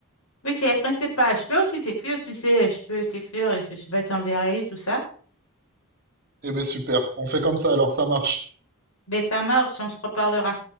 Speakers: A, on the left; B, on the right.
A: Oui, c'est être inséparable. Je peux aussi t'écrire, tu sais, je peux t'écrire et je, je vais t'enverrer tout ça.
B: Eh ben super, on fait comme ça alors, ça marche.
A: Mais ça marche, on se reparlera.